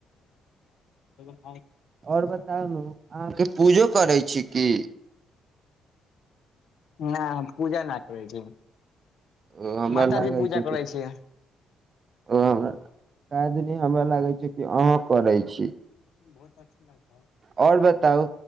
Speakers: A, on the left; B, on the right.
A: <unintelligible>
B: ओर बताउ ने अहाँके पूजो करै छी की
A: नहि हम पूजा न करै छी
B: ओ हमरा
A: माताजी
B: लागे
A: पूजा
B: छै
A: करै
B: कि
A: छी नहि
B: ओ हमरा के दिन हमरा लागै छै कि अहाँ करै छी
A: बहुत अच्छा लागतै
B: ओर बताउ